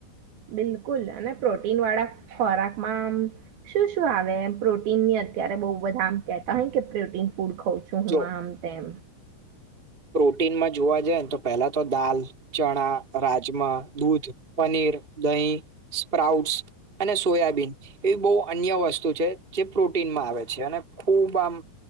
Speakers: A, on the right; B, on the right.
A: બિલકુલ અને પ્રોટીન વાળા ખોરાકમાં શું શું આવે પ્રોટીન ની અત્યારે બોવ બધા આમ કેતા હોય કે પ્રોટીન ફૂડ ખઉં છું હું
B: જો
A: આમ તેમ
B: પ્રોટીનમાં જોવા જાય ને તો પહેલા તો દાલ ચણા રાજમા દૂધ પનીર દહીં સ્પ્રાઉટસ અને સોયાબીન એવી બો અન્ય વસ્તુ છે જે પ્રોટીનમાં આવે છે અને ખૂબ આમ